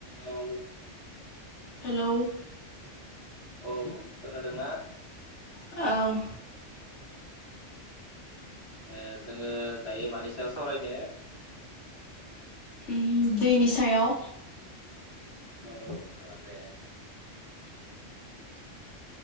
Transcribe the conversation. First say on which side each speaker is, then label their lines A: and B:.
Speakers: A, on the left; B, on the left.
A: औ।
B: हेलौ।
A: अह खोनादों ना?
B: औ।
A: ओ जोङो दायो मानि सायाव सावरायनो?
B: उम दैनि सायाव।
A: औ जागोन दे।
B: <inaudible>